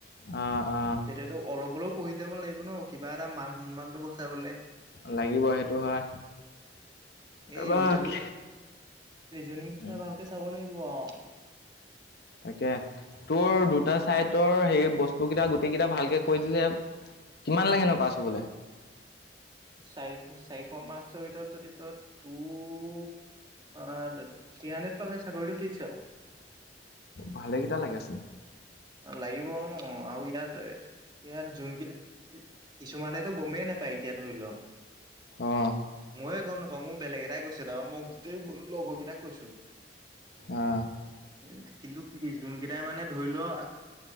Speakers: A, on the left; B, on the right.
A: অ অ
B: তেতিয়াতো অলপ-অলপ পঢ়ি যাব লাগিব ন'? কিবা এটা মান-সন্মানটো বচাবলে।
A: লাগিব সেইটো হয়। <unintelligible>
B: এই ৰিজনিং ৰিজনিং কেইটা
A: উম
B: ভালকে চাব লাগিব আও।
A: তাকে। তোৰ দুটা চাইটৰ হেৰি বস্তু কেইটা, গোটেই কেইটা ভালকে কৈ দিলে কিমান লাগেনো পাছ হ'বলে?
B: চাৰিশ-চাৰিশ মাৰ্ক্সৰ ভিতৰত যদি তই টু পা <unintelligible> থ্ৰী হানড্ৰেড পালে চাকৰিটো ফিক্স আও।
A: ভালেগিটা লাগেচোন!
B: লাগিবও ন! আৰু ইয়াত-এ-ইয়াত যোনকে, কিছুমানেতো গমেই নেপ পাইকিয়া ধৰি ল।
A: অ'।
B: মইয়ে গম নাপাওঁ, মোক বেলেগ এটাই কৈছে। তাৰপা মই গোটেইবোৰ লগৰকেইটাক কৈছো।
A: আহ।
B: কিন্তু কিন্তু কি যোনকেইটাই মানে ধৰি ল',